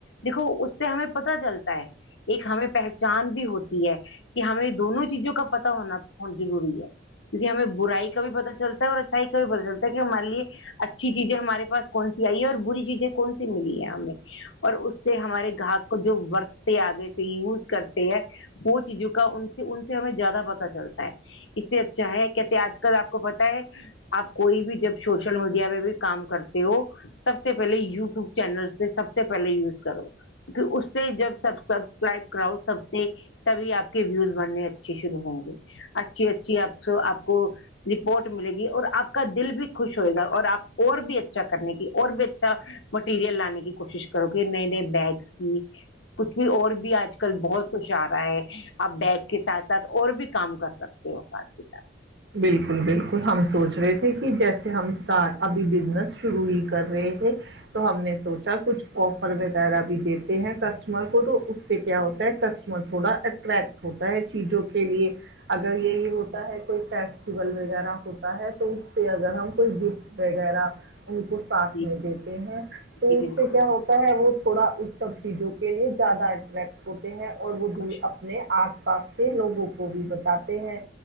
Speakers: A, on the left; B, on the right.
A: دیکھو اس سے ہمیں پتا چلتا ہے ایک ہمیں پہچان بھی ہوتی ہے کہ ہمیں دونوں چیزوں کا پتا ہونا بہت ضروری ہے کیونکہ ہمیں برائی کا بھی پتا چلتا ہے اور اچھائی کا بھی پتا چلتا ہے مان لیے اچھی چیزیں ہمارے پاس کون سی آئی ہے اور بری چیزیں کون سی ملی ہے ہمیں اور اس سے ہمارے گاہک کو جو وورتتے آگے تھ یوز کرتے ہیں وہ چیزوں کا ان سے ان سے ہمیں زیادہ پتا چلتا ہے اس سے اچھا ہے کہتے آج کل آپ کو پتا ہے آپ کوئی بھی جب سوشل میڈیا پہ بھی کام کرتے ہو سب سے پہلے یو ٹوب چینل پہ سب سے پہلے یوز کرو کیونکہ اس سے جب سب سبسکرائب کراؤ سب سے تبھی آپ کے ویوز بننے اچھے شروع ہوں گے اچھی اچھی آپ آپ کو رپورٹ ملے گی اور آپ کا دل بھی ہو گا اور آپ اور بھی اچھا کرنے کی اور بھی اچھا مٹیریل لانے کی کوشش کر کرو کہ نئے نئے بیگس کی کچھ بھی اور بھی آج کل بہت کچھ آ رہا ہے آپ بیگ کے ساتھ ساتھ اور بھی کام کر سکتے ہو ساتھ کے ساتھ
B: بالکل بالکل ہم سوچ رہے تھے کہ جیسے ہم اسٹار ابھی بزنس شروع ہی کر رہے تھے تو ہم نے سوچا کچھ آفر وغیرہ بھی دیتے ہیں کسٹمر کو تو اس سے کیا ہوتا ہے کسٹمر تھوڑا کریکٹ ہوتا ہے چیزوں کے لیے اگر یہی ہوتا ہے کوئی فیسٹیول وغیرہ ہوتا ہے تو اس پہ اگر ہم کوئی گفٹ وغیرہ ان کو ساتھ
A: جی
B: میں دیتے ہیں تو
A: جی
B: اس
A: بالکل
B: سے کیا ہوتا ہے وہ تھوڑا ان سب چیزوں کے لیے زیادہ اٹریکٹ ہوتے ہیں اور وہ دور
A: خوش
B: اپنے اپنے آس پاس کے لوگوں کو بھی بتاتے ہیں